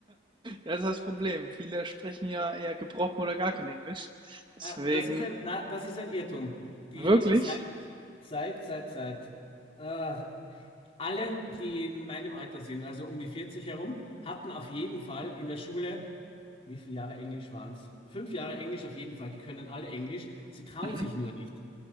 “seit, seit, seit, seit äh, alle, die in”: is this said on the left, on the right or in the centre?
Left